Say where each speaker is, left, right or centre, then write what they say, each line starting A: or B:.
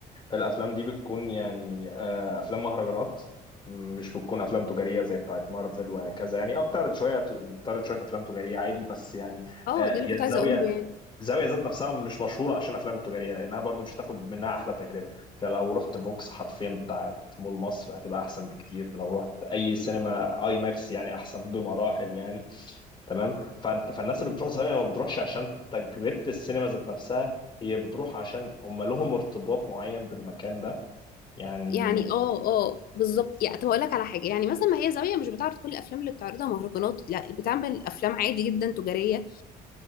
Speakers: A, on the left; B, on the left.
A: الافلام دي بتكون يعني آه افلام مهرجانات مش بتكون افلام تجاريه زي بتاعت مارفل وهكذا يعني اه بتعرض شويه بتعرض شويه افلام تجاريه عادي بس يعني
B: اه
A: آه
B: ده
A: هي
B: اللي كنت
A: الزاويه
B: عايزة اقوله يعني
A: الزاويه ذات نفسها مش مشهوره عشان الافلام التجاريه لانها برضو مش هتاخد منها احلى تجربه انت لو رحت فوكس حرفيا بتاعت مول مصر هتبقى احسن بكتير لو رحت اي سينما اي ماكس يعني احسن بمراحل يعني تمام فانت فالناس
B: مهم.
A: اللي بتروح زاويه ما بتروحش عشان تجربه السينما ذات نفسها هي بتروح عشان هم لهم ارتباط معين بالمكان ده يعني
B: يعني اه اه بالظبط يعني طب هقول لك على حاجه يعني مثلا ما هي زاويه مش بتعرض كل الافلام اللي بتعرضها مهرجانات لا بتعمل افلام عادي جدا تجاريه